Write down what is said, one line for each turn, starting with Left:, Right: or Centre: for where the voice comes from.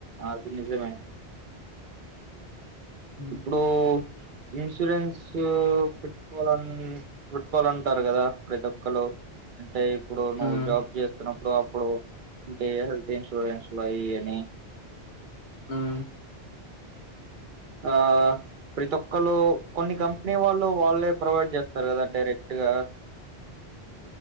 Right: అది నిజమే
Left: ఉమ్
Right: ఇప్పుడు ఇన్సూరెన్స్ పెట్టుకోవాలన్ పెట్టుకోవాలంటారు కదా ప్రతి ఒక్కలు అంటే ఇప్పుడు నువ్వు
Left: ఉమ్
Right: జాబ్ చేస్తున్నప్ ఇప్పుడు అప్పుడు అంటే హెల్త్ ఇన్సూరెన్స్లయ్యని
Left: హుమ్మ్
Right: ఆ ప్రతి ఒక్కళ్రు కొన్ని కంపెనీ వాళ్ళు వాళ్ళే ప్రొవైడ్ చేస్తారు కదా డైరెక్ట్గా